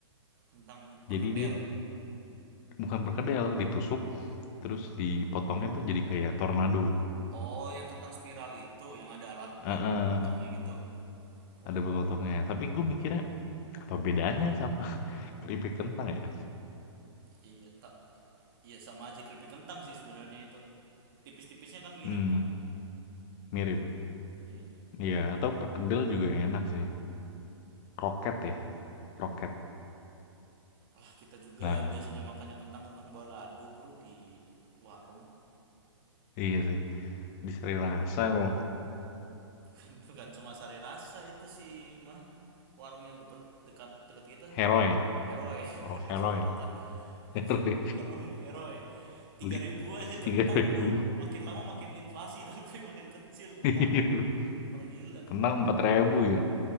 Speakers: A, on the right; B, on the left.
A: kentang perkedel
B: Jadi dia bukan perkedel, ditusuk, terus dipotongnya tuh jadi kayak tornado.
A: Oh, yang kentang spiral itu yang ada alat
B: Heeh,
A: buat motongnya gitu. Oh,
B: ada potongnya. Tapi gue mikirnya apa bedanya sama <laughs> keripik kentang ya?
A: iya tak iya sama aja keripik kentang sih sebenarnya itu. Tipis-tipisnya kan mirip
B: Hmm,
A: kan?
B: mirip.
A: Iya.
B: ya atau perkedel juga enak sih. Kroket ya, kroket.
A: Alah, kita juga
B: Nah,
A: biasanya makannya kentang-kentang balado, Bro, di warung.
B: iya sih. Di Sri Rasa lo
A: <laughs> Bukan cuma sari rasa itu sih, mana? Warung yang deket dekat dekat kita.
B: heroi,
A: Heroi. <laughs>
B: orang
A: Udah
B: heroi,
A: kita makan
B: heroi.
A: makan <laughs> warung heroi.
B: <laughs>
A: Tiga
B: Beli,
A: ribu
B: beli
A: aja
B: tiga
A: kentang,
B: ribu.
A: Bro.
B: <laughs>
A: Makin lama makin inflasi <laughs> tapi makin kecil kentangnya.
B: Iya bro,
A: Orang gila.
B: kentang empat ribu ya.